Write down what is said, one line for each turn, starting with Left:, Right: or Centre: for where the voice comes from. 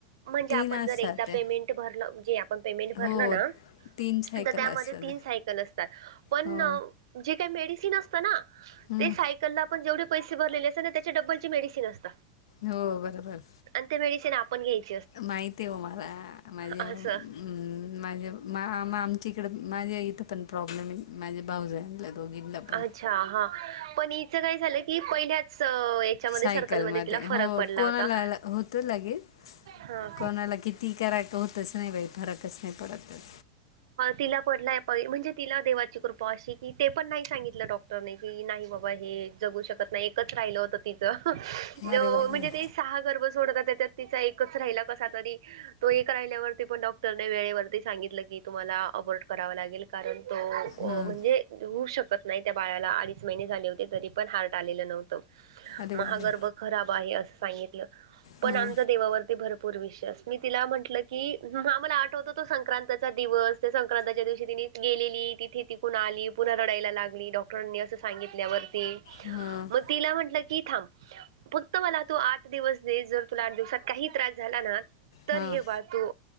Right: म्हणजे
Left: तीन
Right: आपण
Left: असतात
Right: जर एकदा
Left: त्या
Right: पेमेंट भरलं जे आपण पेमेंट भरलं
Left: हो
Right: ना
Left: तीन सायकल
Right: तर त्यामध्ये
Left: असतात
Right: तीन
Left: त्या.
Right: सायकल त नसतात. पण
Left: हो
Right: अ म्हणजे मेडिसिन असतं ना
Left: हम्म.
Right: ते सायकल ला आपण जेवढे पैसे भरले अस तात त्या डबलचे मेडिसीन असतं.
Left: हो हो बरोबर.
Right: आणि ते मेडिसिन आपण घ्यायच.
Left: माहित आहे हो मला माझ्या
Right: असं
Left: हम माझे मा आम आमच्या इकडे माझ्या पण प्रॉब्लेम माझे भाऊजला दोघींना पण
Right: अच्छा हा पण हिचं काय झालं की पहिल्याच याच्यामध्ये
Left: सायकल
Right: सर्कलमध्ये
Left: मध्ये
Right: तिला
Left: हो
Right: फरक पडला
Left: कोणाला
Right: होता
Left: होतोलगेच.
Right: हा
Left: कोणाला किती करा होतच नाही बाई फरकच नाही पडतच.
Right: तिला पडलाय म्हणजे तिला देवाची कृपा अशी की ते पण सांगितलं डॉक्टरने. की नाही बाबा हे जगू शकत नाही एकच राहिलं होत तिचं
Left: अरे बापरे
Right: म्हणजे ते सहा गर्भ सोडतात त्याच्यात तिचा एकच राहिला कसा तरी. तो एक राहिल्यावरती पण डॉक्टरने वेळेवरती सांगितलं की तुम्हाला अ वडकरावा लागेल कारण तो
Left: हां
Right: म्हणजे होऊ शकत नाही त्या बाळाला अडीच महिने झाले होते तरी. पण हार्ट आलेलो नव्हत
Left: अरे
Right: म
Left: बापरे
Right: हा गर्भ खराब आहे अस सांगितलं. पण
Left: हां
Right: आमचा देवावरती भरपूर विश्वास मी तिला म्हटलं की आम्हाला आठवत तो संक्रांत दिवस संक्रांताच्या दिवशी ति गेलेली तिथे तिकून आली पुन्हा लढायला लागली डॉ डॉटरांनी असं सांगितल्यावरती.
Left: हम्म.
Right: मग तिला म्हंटलं की थांब. फक्त मला तू आठ दिवस देस जर तुला आठ दिवसात काही त्रास झाला ना तर
Left: हां
Right: हे बाळ तू